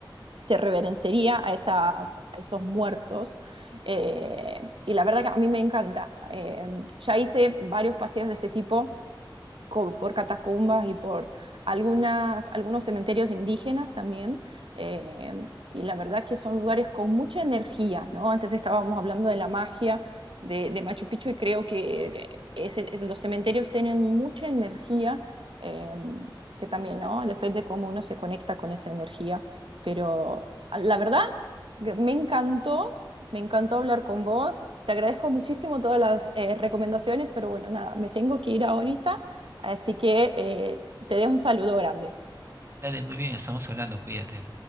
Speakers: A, on the right; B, on the right.
A: se reverenciaría a, esas, a esos muertos. eh, y la verdad que a mí me encanta. Eh, ya hice varios paseos de ese tipo co- por catacumbas y por algunas, algunos cementerios indígenas también. eh, y la verdad que son lugares con mucha energía, ¿no? Antes estábamos hablando de la magia de, de Machu Picchu y creo que eh, ese- es- los cementerios tienen mucha energía, eh, que también, ¿no? Depende cómo uno se conecta con esa energía. Pero la verdad, que me encantó. Me encantó hablar con vos. Te agradezco muchísimo todas las eh, recomendaciones, pero bueno, nada, me tengo que ir ahorita. Así que eh, te dejo un saludo grande.
B: dale, muy bien, estamos hablando, cuídate.